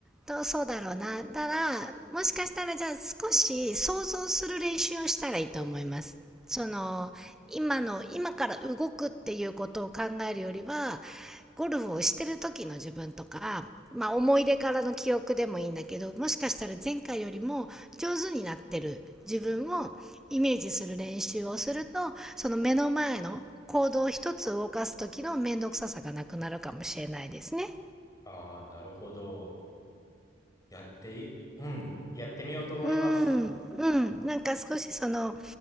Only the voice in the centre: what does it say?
どうそうだろうな。だから、もしかしたらじゃあ少し想像する練習をしたらいいと思います。その、今の、今から動くっていうことを考えるよりは、ゴルフをしてる時の自分とか、まあ、思い出からの記憶でもいいんだけどもしかしたら前回よりも上手になってる自分をイメージする練習をするとその目の前の行動一つ動かす時の面倒くささがなくなるかもしれないですね。
うん、うん、なんか少しその、